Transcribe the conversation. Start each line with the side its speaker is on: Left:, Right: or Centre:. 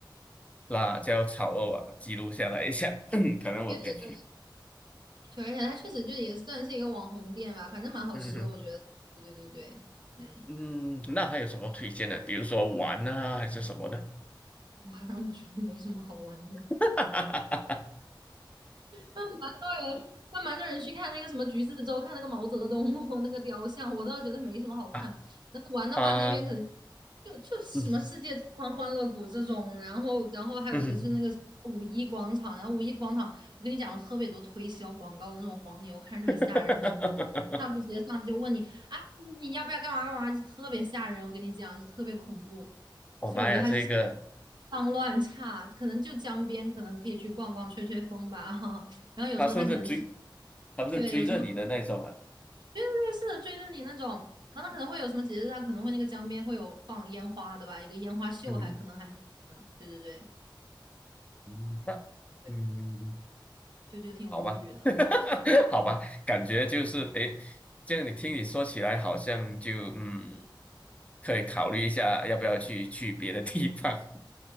Left: 辣椒炒肉啊，记录下来一下，<clears throat> 可能我可以去。
Right: 对对对，确而且它确实就也算是一个网红店吧，反正蛮好吃的，
Left: 嗯哼
Right: 我觉得。对对对对，嗯，
Left: 嗯，那还有什么推荐的？比如说玩啊，还是什么的？
Right: <laughs> 反正我觉得没什么好玩的。
Left: <laughs>
Right: 那蛮多人，那蛮多人去看那个什么橘子洲，看那个毛泽东哦 <laughs> 那个雕像，我倒觉得没什么好看。
Left: 啊
Right: 那玩的话，
Left: 啊，
Right: 那边可能就就什么世界之窗、
Left: 嗯
Right: 欢乐谷这种，然后然后还有一个就是那个五一广场，
Left: 嗯，
Right: 然后五一广场，我跟你讲，有特别多推销广告的那种黄牛，看着特别吓人，
Left: <laughs>
Right: 就上就直接上来就问你啊，你要不要干嘛干嘛，就特别吓人，我跟你讲，就特别恐怖。
Left: 我妈呀，
Right: 所以我觉得他就是
Left: 这个
Right: 脏乱差，可能就江边，可能可以去逛逛、吹吹风吧。<laughs> 然后有时候他可能就是
Left: 他是不是追？他不是追着你的那种啊？
Right: 对有什么，因为瑞是的追着你那种，然后他可能会有什么节日，他可能会那个江边会有放烟花的吧，一个烟花秀还可能还蛮的对对对
Left: 嗯，嗯那嗯。
Right: 对，就就挺无语的。
Left: 好吧，<laughs> 好吧，感觉就是诶，这样你听你说起来，好像就嗯，可以考虑一下要不要去去别的地方，